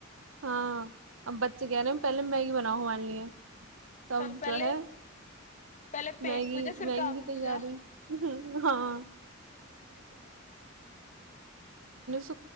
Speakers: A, on the right (about 80°); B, on the left (about 40°).
A: ہاں اب بچے کہہ رہے ہیں پہلے میگی بناؤں ہمارے لیے تب
B: پہلے
A: جو ہے
B: پہلے پیٹ
A: میگی
B: پوجا پھر
A: میگی
B: کام
A: کی تیاری
B: دوجا
A: ہاں <unintelligible>